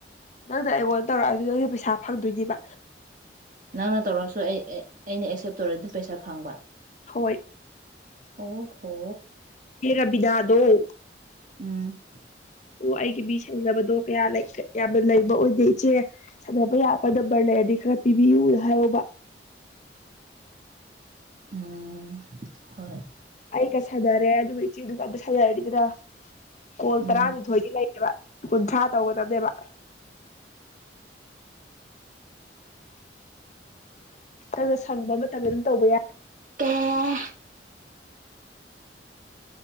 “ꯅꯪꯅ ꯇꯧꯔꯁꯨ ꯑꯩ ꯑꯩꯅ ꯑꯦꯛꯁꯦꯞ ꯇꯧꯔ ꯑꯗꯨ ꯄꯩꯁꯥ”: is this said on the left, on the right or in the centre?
Right